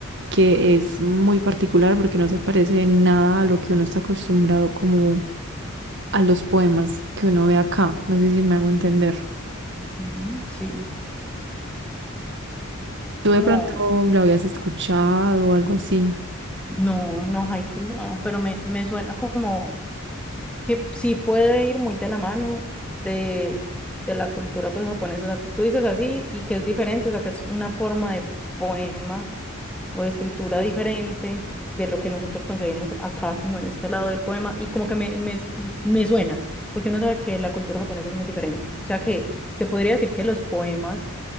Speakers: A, on the right; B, in the centre.
A: que es muy particular porque no se parece en nada a lo que uno está acostumbrado como a los poemas que uno ve acá. No sé si me hago entender.
B: Ujú, Sí,
A: ¿Tú
B: como,
A: de pronto lo habías escuchado o algo así?
B: no, no, haikus no, pero me, me suena como que sí puede ir muy de la mano de, de la cultura pues, japonesa. O sea, tú dices así y que es diferente, o sea, que es una forma de poema o de escritura diferente de lo que nosotros concebimos acá, como en este lado del poema, y como que me, me, me suena, porque uno sabe que la cultura japonesa es muy diferente. O sea que se podría decir que los poemas